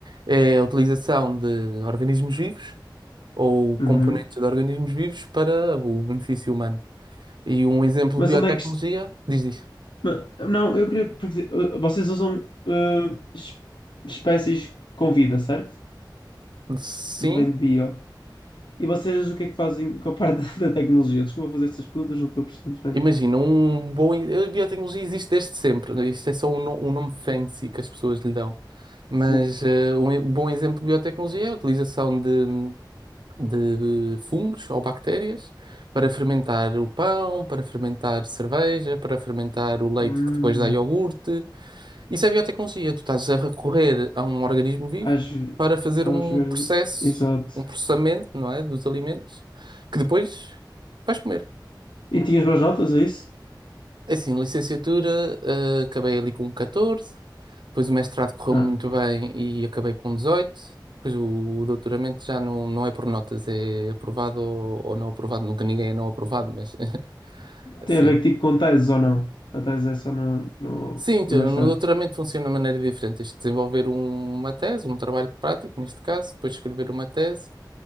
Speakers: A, on the right; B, on the left.
A: é a utilização de organismos vivos ou componentes
B: Uhum.
A: de organismos vivos para o benefício humano. E um exemplo
B: Mas
A: de biotecnologia
B: onde é que isto...
A: diz isto.
B: ma- Não, eu queria... porque, uh, Vocês usam uh, es- espécies com vida, certo?
A: Sim,
B: De Vem de bio. E vocês o que é que fazem com a parte <laughs> da tecnologia? Desculpa fazer estas perguntas, não estou a perceber muito bem.
A: imagina, um bom. A biotecnologia existe desde sempre, né? isto é só um, no- um nome fancy que as pessoas lhe dão. Mas
B: Sim.
A: eh, um e- um bom exemplo de biotecnologia é a utilização de de fungos ou bactérias para fermentar o pão, para fermentar cerveja, para fermentar o leite
B: Hum.
A: que depois dá iogurte. Isso é biotecnologia. Tu estás a recorrer a um organismo vivo
B: Às... ve-
A: para fazer
B: Aos...
A: um
B: organi-
A: processo,
B: Exato.
A: um processamento, não é, dos alimentos que depois vais comer.
B: E tinhas boas notas, é isso?
A: É Assim, licenciatura, eh, acabei ali com 14, depois o mestrado correu
B: Ah,
A: muito bem e acabei com 18, depois o doutoramento já não, não é por notas, é aprovado ou, ou não aprovado, nunca ninguém é não aprovado, mas <laughs> assim.
B: tem a ver que tipo com teses ou não? A tese é só no, no,
A: Sim, então,
B: no mestrado.
A: no doutoramento funciona de maneira diferente, tens que desenvolver um- uma tese, um trabalho prático, neste caso, depois escrever uma tese